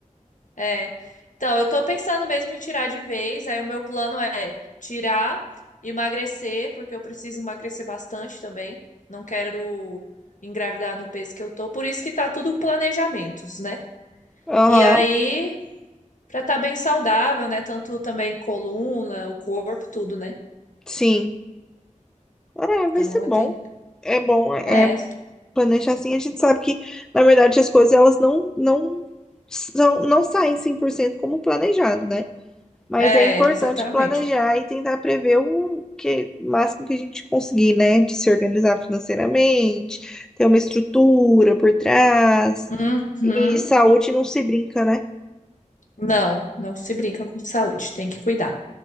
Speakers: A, on the left; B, in the centre.
A: É. Então, eu tô pensando mesmo em tirar de vez. Aí o meu plano é tirar, emagrecer, porque eu preciso emagrecer bastante também. Não quero engravidar no peso que eu tô, por isso que tá tudo planejamentos, né?
B: Aham,
A: E aí, pra estar tá bem saudável, né? Tanto também coluna, o corpo, tudo, né?
B: sim. É, vai
A: Então,
B: ser
A: eu
B: bom.
A: tenho.
B: É bom, é
A: É,
B: planejar assim, a gente sabe que, na verdade, as coisas elas não, não são, não saem 100% como planejado, né? Mas
A: é,
B: é importante
A: exatamente.
B: planejar e tentar prever o que, o máximo que a gente conseguir, né? De se organizar financeiramente, ter uma estrutura por trás.
A: Uhum.
B: E saúde não se brinca, né?
A: Não, não se brinca com saúde, tem que cuidar.